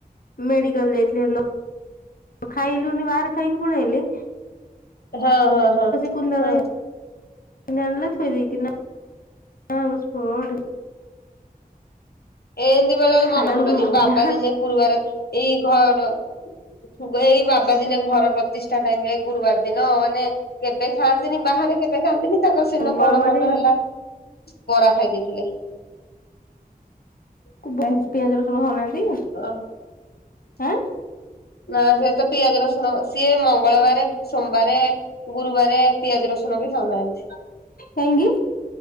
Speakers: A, on the left; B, on the left.
A: ମେଡିକାଲ ଯାଇଥିଲେ ସେଦିନ। ଖାଇଲୁନି ବାହାରେ ଖାଇକି ପଳେଇଲି।
B: ହଁ ହଁ ହଁ
A: କୁନ୍ଦା
B: ହଁ।
A: କିଣି ଆଣିଲେ ଥୋଇ ଦେଇ କି ନା ହଁ ବ ସ୍ଫଡ଼
B: ଏମିତି ବେଳେ ବେଳେ
A: ଖାଇଲା
B: ମନେ ପଡୁନି
A: ବେଳକୁ
B: ବାବା
A: ପଇଲା ହାଁ
B: ଦିନେ ଗୁରୁବାର ଏଇ ଘର ଗ ଏଇ ବାବା ଦିନେ ଘର ପ୍ରତିଷ୍ଠା ଟାଇମ ରେ ଗୁରୁବାର ଦିନ ମାନେ କେବେ ଖାଆନ୍ତିନି ବାହାରେ କେବେ ଖାଆନ୍ତିନି ତାଙ୍କର ସେଦିନ
A: ମଙ୍ଗଳବାରେ
B: କଣ ମନ ହେଲା ବରା ଖାଇ ଦେଇଥିଲେ।
A: <unintelligible> ପିଆଜ ରସୁଣ ଖାଉନାହାନ୍ତି।
B: ଓ
A: ଆଁ।
B: ନା ସେ ତ ପିଆଜ ରସୁଣ ସିଏ ମଙ୍ଗଳବାରେ ସୋମବାରେ ଗୁରୁବାରେ ପିଆଜ ରସୁଣ ବି ଖାଉନାହାନ୍ତି।
A: କାହିଁକି?